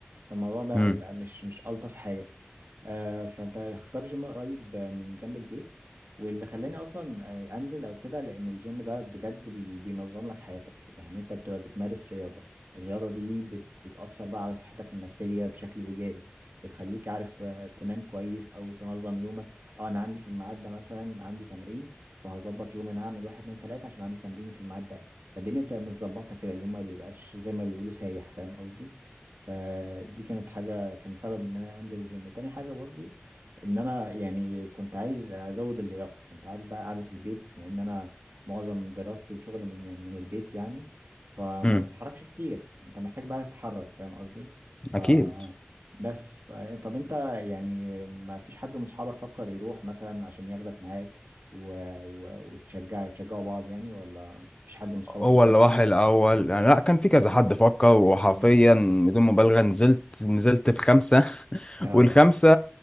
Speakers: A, on the right; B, on the left.
A: فالموضوع ده
B: امم
A: هيبقى مش مش ألطف حاجة آه، فانت اختار جيم قريب آه، من جنب البيت واللي خلاني اصلا آه، انزل او كده لان الجيم ده بجد بي بينظم لك حياتك يعني انت بتبقى بتمارس رياضة الرياضة دي بت بتأثر بقى على صحتك النفسية بشكل ايجابي بتخليك عارف آه، تنام كويس او تنظم يومك اه انا عندي في الميعاد ده مثلا عندي تمرين فهظبط يوم انا هعمل واحد اتنين تلاتة عشان عندي تمرين في الميعاد ده فالدنيا بتبقى متظبطة كده اليوم ما بيبقاش زي ما بيقولوا سايح فاهم قصدي فدي كانت حاجة كان سبب ان انا انزل الجيم تاني حاجة برضو ان انا يعني كنت عايز ازود اللياقة انت عارف بقى قعدة البيت بما ان انا معظم دراستي وشغلي من من البيت يعني فما
B: امم
A: بتحركش كتير انت محتاج بقى تتحرك فاهم قصدي ف
B: اكيد
A: بس ف... طب انت يعني ما فيش حد من اصحابك فكر يروح مثلا عشان ياخدك معاك و... و... وتشجع تشجعوا بعض يعني ولا مفيش حد من اصحابك
B: هو
A: بيفكر
B: اللي راح الاول يعني لا كان في كذا حد فكر وحرفيا
A: مم.
B: بدون مبالغه نزلت نزلت بخمسه
A: اه
B: والخمسة